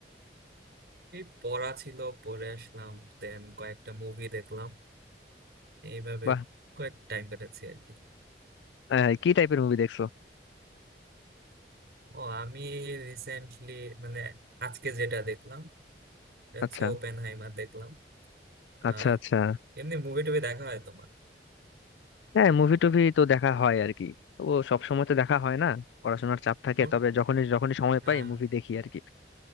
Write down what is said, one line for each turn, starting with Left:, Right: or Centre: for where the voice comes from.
Right: এই পড়া ছিল পড়ে আসলাম দেন কয়েকটা মুভি দেখলাম এইভাবে
Left: বাহ
Right: কয়েক টাইম কাটাচ্ছি আর কি
Left: আহ, কি টাইপের মুভি দেখছো
Right: ও আমি রিসেন্টলি মানে আজকে যেটা দেখলাম এটা হচ্ছে
Left: আচ্ছা
Right: ওপেন হাইমার দেখলাম আর
Left: আচ্ছা আচ্ছা
Right: এমনি মুভি টুভি দেখা হয় তোমার
Left: হ্যাঁ মুভি টুভি তো দেখা হয় আর কি ও সব সময় তো দেখা হয় না পড়াশোনার চাপ থাকে
Right: কোন
Left: তবে যখনই যখনই সময়
Right: হ্যাঁ
Left: পাই মুভি দেখি আর কি